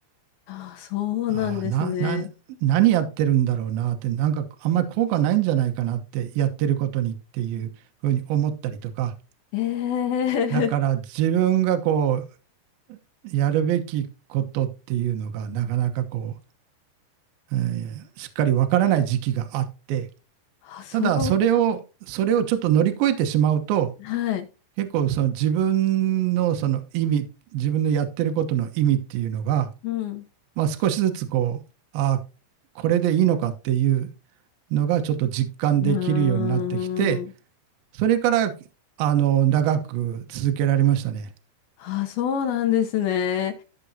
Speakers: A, on the left; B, on the right.
A: あ、そうなんですね。
B: あな、な、何やってるんだろうなって、なんかあんまり効果ないんじゃないかなって、やってることにっていうふうに思ったりとか、
A: ええ、
B: だから自分がこう、やるべきことっていうのが、なかなかこう、えーしっかりわからない時期があって、
A: <laughs> あ、そう、
B: ただそれを、それをちょっと乗り越えてしまうと、
A: はい。
B: 結構その自分のその意味、自分のやってることの意味っていうのが、
A: うん。
B: まあ、少しずつこう、あ、これでいいのかっていうのがちょっと実感できるようになってきて、
A: うーん。
B: それから、あの、長く続けられましたね。
A: あ、そうなんですね。